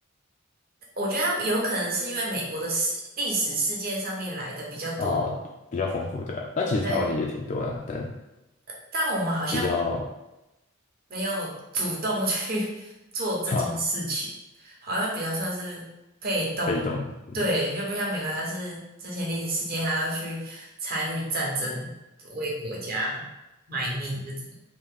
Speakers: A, on the right; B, on the left.
A: 我觉得他们有可能是因为美国的史历史事件上面来的比较多，
B: 哦，比较丰富，对啊。那其实台湾的也挺多的啊，
A: 对，
B: 但
A: 但我们好像。
B: 比较
A: 没有主动去 <laughs> 做这件事情，
B: 哈、
A: 好像比较算是被动。
B: 被动，嗯
A: 对，就不像美国，它是之前历史事件，还要去参与战争，为国家卖命这种，